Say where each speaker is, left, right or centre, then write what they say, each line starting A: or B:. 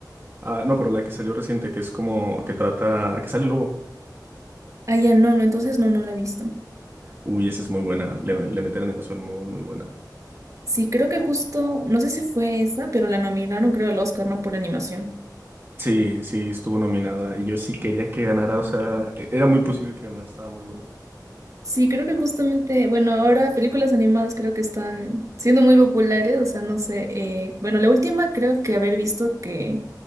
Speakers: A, on the right; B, on the right.
A: Ah, no, pero la que salió reciente, que es como que trata, que sale el lobo.
B: Ah, ya no, no, entonces no, no la he visto.
A: Uy, esa es muy buena, le, le meten animación muy, muy buena.
B: Sí, creo que justo, no sé si fue esa, pero la nominaron creo al Oscar, ¿no? Por animación.
A: Sí, sí, estuvo nominada y yo sí quería que ganara, o sea, e- era muy posible que ganara, estaba muy buena.
B: Sí, creo que justamente, bueno, ahora películas animadas creo que están siendo muy populares, o sea, no sé, eh, bueno, la última creo que haber visto que